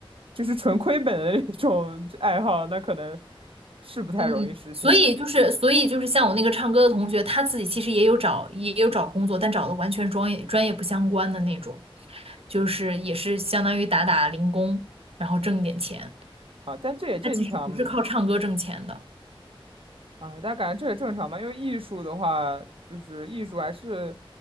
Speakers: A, on the right (about 70°); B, on the right (about 85°).
A: 就是纯亏本的那种爱好，那可能是不太容易实现
B: 嗯，所以就是，所以就是像我那个唱歌的同学，他自己其实也有找，也有找工作，但找的完全专业专业不相关的那种，就是也是相当于打打零工，然后挣一点钱。
A: 啊。但这也正常，
B: 他其实不是靠唱歌挣钱的，
A: 哎，家感觉这也正常吧，因为艺术的话，就是艺术还是